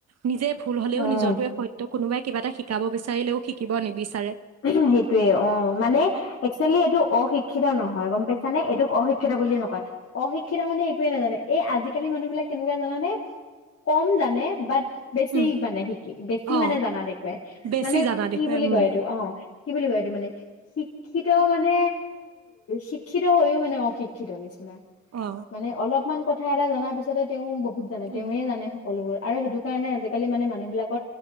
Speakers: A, on the right; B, on the left.
A: নিজে ভুল হ'লেও
B: উম,
A: নিজটোৱেই সত্য কোনোবাই কিবা এটা শিকাব বিচাৰিলেও শিকিব নিবিছা
B: সেইটোয়ে অ মানে একচুৱেলি এইটো অশিক্ষিত নহয় গম পাইছা নে এইটোক অশিক্ষিত বুলি নকয় অশিক্ষিত মানে একোৱে নাজানে এই আজিকালি মানুহ বিলাক কেনেকুৱা জানানে কম জানে বাট বেছি
A: উম
B: মানে শিকি বেছি
A: অ
B: মানে জানা দেখুৱাই
A: বেছি
B: মানে
A: জানা
B: কি
A: দেখুৱাই
B: বুলি
A: উম
B: কয় এইটো অ কি বুলি কয় এইটো মানে শিক্ষিত মানে শিক্ষিত হৈও মানে অশিক্ষিত নিচিনা
A: অ
B: মানে অলপমান কথা কথা এটা জনাৰ পিছতে তেওঁ বহুত বহুত জানে তেওঁৱে
A: উম
B: জানে সকলোবোৰ আৰু সেইটো কাৰণে আজিকালি মানে মানুহ বিলাক